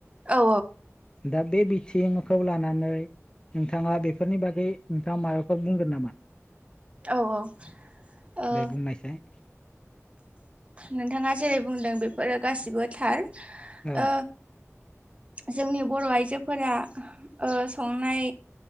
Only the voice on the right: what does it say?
औ
औ औ ओ
नोंथाङा जेरै बुंदों बेफोरो गासिबो थार
ओ जोंनि बर' आइजोफोरा ओ संनाय